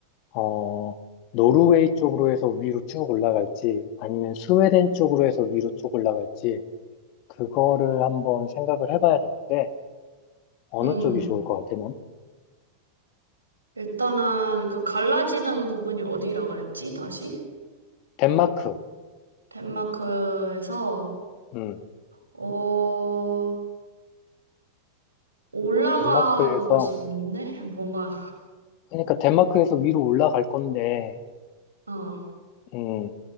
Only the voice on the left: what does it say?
어, 노르웨이 쪽으로 해서 위로 쭉 올라갈지 아니면 스웨덴 쪽으로 해서 위로 쭉 올라갈지 그거를 한번 생각을 해봐야 되는데 어느
쪽이 좋을 것 같아, 넌?
덴마크.
음,
덴마크에서,
그러니까 덴마크에서 위로 올라갈 건데,
음,